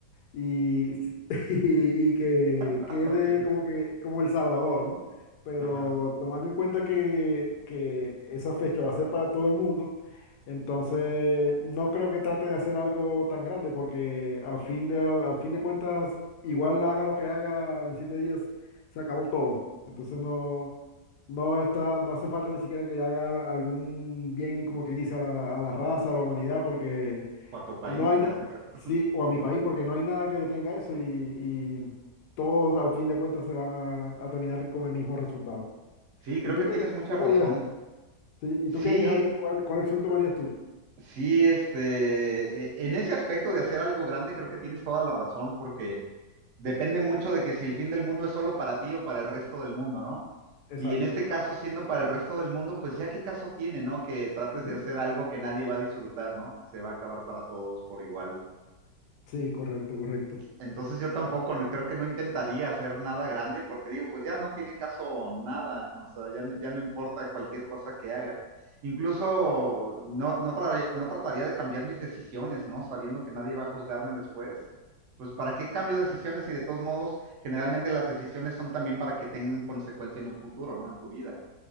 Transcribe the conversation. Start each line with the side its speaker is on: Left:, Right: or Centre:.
Left: y, <laughs> y y que
Right: <laughs>
Left: quede
Right: Ok,
Left: como que como El Salvador, ¿no? Pero
Right: ajá.
Left: tomando en cuenta que, que esa fecha va a ser para todo el mundo, entonces no creo que trate de hacer algo tan grande, porque al fin de, al fin de cuentas, igual haga lo que haga en siete días, se acabó todo. Entonces no, no está, no hace falta ni siquiera que haga algún bien, como quien dice, a la, a la raza, a la humanidad, porque
Right: O a tu país
Left: no hay
Right: en
Left: nada,
Right: este caso. <laughs>
Left: sí, o a mi país, porque no hay nada que detenga eso y, y todos al fin de cuentas se van a, a terminar con el mismo resultado.
Right: Sí, creo
Left: ¿Y tú
Right: que tienes
Left: qué harías?
Right: mucha
Left: ¿Tú
Right: razón.
Left: qué harías? Sí, ¿y
Right: Sí,
Left: tú qué harías, Javier? ¿Cuál, cuál opción tomarías tú?
Right: Sí, este, e- en ese aspecto de hacer algo grande, creo que tienes toda la razón, porque depende mucho de que si el fin del mundo es solo para ti o para el resto del mundo, ¿no?
Left: Exacto.
Right: Y en este caso, siendo para el resto del mundo, pues ya qué caso tiene, ¿no? Que trates
Left: Ujú.
Right: de hacer algo que nadie va a disfrutar, ¿no? Se va a acabar para todos por igual.
Left: Sí, correcto, correcto.
Right: Entonces yo tampoco, no- creo que no intentaría hacer nada grande porque digo, pues ya no tiene caso nada, o sea, ya, no- ya no importa cualquier cosa que haga. Incluso no, no, tra- no trataría de cambiar mis decisiones, ¿no? Sabiendo que nadie va a juzgarme después. Pues ¿para qué cambio decisiones si de todos modos generalmente las decisiones son también para que tengan consecuencia en un futuro, ¿no? En tu vida.